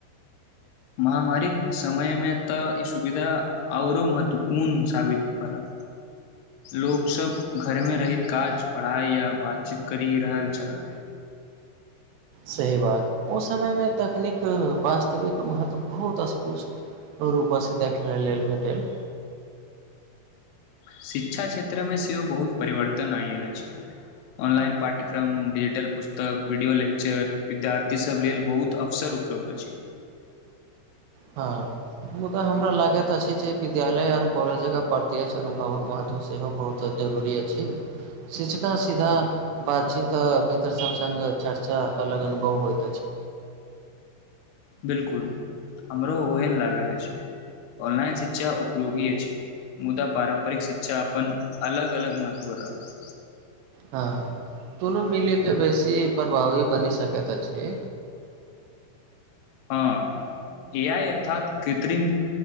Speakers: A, on the left (about 75°); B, on the right (about 80°).
A: महामारीक समयमे तऽ ई सुविधा औरो महत्वपूर्ण साबित भेलला लोकसभ घरमे रैत काज पढ़ाई या बातचीत करि रहल छललाह
B: सही बात ओहि समयमे तकनीक वास्तविक महत्व बहुत स्पुष्ट रूपसँसँ देखने लेल भेटल
A: शिक्षा क्षेत्रमे सेहो बहुत परिवर्तन आयल अछि। ऑनलाइन पाठ्यक्रम डिजिटल पुस्तक वीडियो लेक्चर विद्यार्थीसभ लेल बहुत अवसर उपलब्ध अछि।
B: हँ मुदा हमरा लागैत अछि। जे विद्यालय आओर कॉलेज जकह प्रत्य्ष अनुभवक महत्व सेहो बहुत जरूरी अछि। शिक्षका सीधा बातचीत मित्रसभ सङ्ग चर्चा अलग अनुभव होइत अछि।
A: बिलकुल हमरो ओहन लागैत अछि। ऑनलाइन शिक्षा उपयोगी अछि। मुदा पारम्परिक शिक्षा अपन अलग अलग महत्व रहत
B: हँ दुनू मिलै के बेसी प्रभावी बनि सकैत अछि।
A: हँ ए आइ अर्थात कृत्रिम